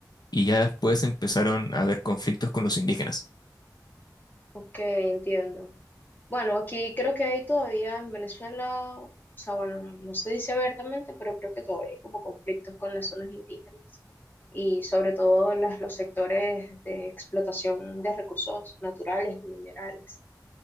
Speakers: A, on the left (about 70°); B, on the left (about 25°).
A: y ya después empezaron a haber conflictos con los indígenas.
B: Ok, entiendo. Bueno, aquí creo que hay todavía en Venezuela, o sea, bueno, no se dice abiertamente, pero creo que todavía hay como conflictos con las zonas indígenas y sobre todo las, los sectores de explotación de recursos naturales y minerales.